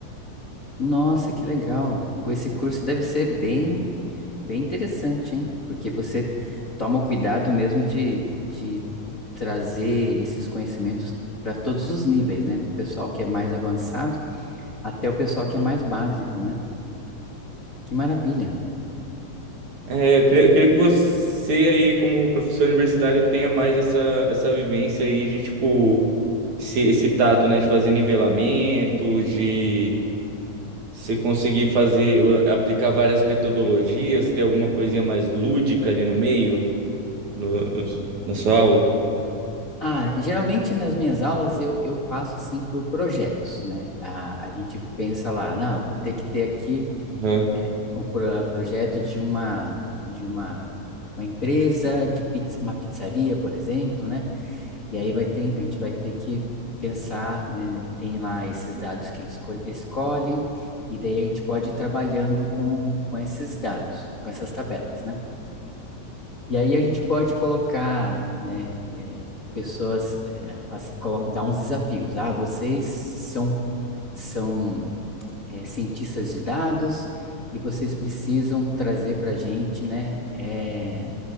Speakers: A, on the left; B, on the right.
A: Nossa, que legal. Com esse curso deve ser bem Bem interessante, hein? Porque você toma o cuidado mesmo de, de trazer esses conhecimentos para todos os níveis, né? Do pessoal que é mais avançado até o pessoal que é mais básico, né? Que maravilha.
B: É, eu queria, eu queria que você aí, como professor universitário, tenha mais essa, essa vivência aí de, tipo, esse, esse tato, né, de fazer nivelamento, de você conseguir fazer, aplicar várias metodologias, ter alguma coisinha mais lúdica ali no meio, no- na sua aula.
A: Ah, geralmente nas minhas aulas eu, eu faço assim por projetos, né? A, a gente pensa lá, não, vou ter que ter aqui
B: Uhum.
A: é, um pro- projeto de uma, de uma, uma empresa, de pizza, uma pizzaria, por exemplo, né? E aí vai ter, a gente vai ter que pensar, né? Tem lá esses dados que eles escolhem, e daí a gente pode ir trabalhando com, com esses dados, com essas tabelas, né? E aí a gente pode colocar, né, é, pessoas, é, assim, colo- dar uns desafios. Ah, vocês são, são, é, cientistas de dados e vocês precisam trazer para a gente, né, é,